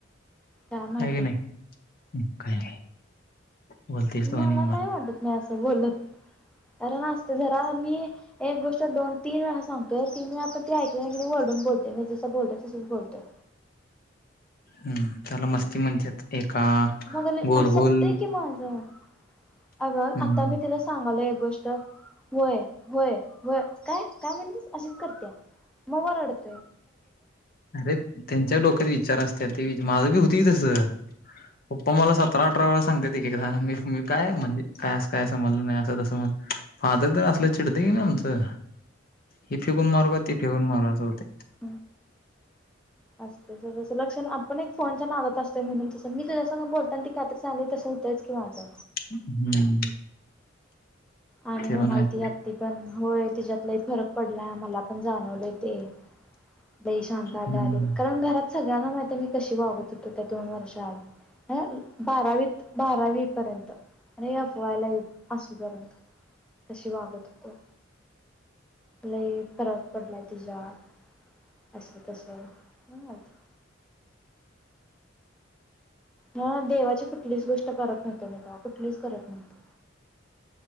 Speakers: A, in the centre; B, on the left.
A: काय माहिती
B: आहे का नाही काय बोलतेस तू आणि
A: मला नाही वाटत मी असं बोलत कारण असत जरा मी एक गोष्ट दोन तीन वेळा सांगतोय तीन वेळा पण ती ऐकली नाय गेली वरडून बोलतो मी जसं बोलतात तसंच बोलतो
B: हम्म त्याला मस्ती म्हणतात एका
A: <unintelligible>
B: गोल गोल
A: सपतय की माझं अगं
B: हम्म
A: आता मी तिला सांगालो एक गोष्ट व्हय व्हय व्हय काय काय म्हणतेस अशीच करते मवर <unintelligible>
B: अरे त्यांच्या डोक्यात विचार असत्यात, ते माझ बी होती तस. पप्पा मला सतरा अठरा वेळा सांगते एकदा मी मी काय म्हणजे काय अस काय समजलं नाही असं तसं म्हण. फादर तर असलं चिडते की नाही आमचं, हिते फेकून मारू का ते फेकून मारू असं होते.
A: <unintelligible> पण आपण एक फोनच्या नादात असतो म्हणून तस मी तुझ्यास बोलता ती खहीत्री <unintelligible> तसं होतंय की माझं.
B: हम्म
A: आणि
B: ते
A: म्हणालती
B: पण आहे
A: आत्ती पण होय तिच्यात लय फरक पडलाय मला पण जाणवलय ते लय शांत आल्याआधी
B: हम्म
A: कारण घरात सगळ्यांना वाटत मी कशी बगत होतो त्या दोन वर्षअध <unintelligible> ह बारावीत बारावी पर्यंत आणि यफवायला असूपर्यंत, कशी वागत होतो... लय फरक पडलाय तिज्यात, असं तस <unintelligible> ह देवाची कुठलीच गोष्ट करत नव्हतो मी तवा कुठलीच करत नव्हतो.